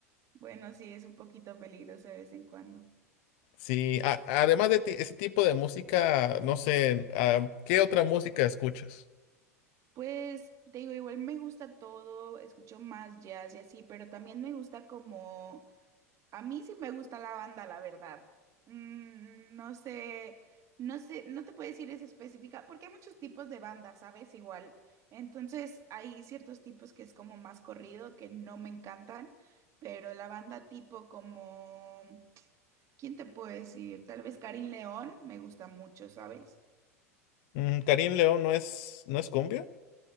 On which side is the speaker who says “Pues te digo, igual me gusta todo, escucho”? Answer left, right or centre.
Right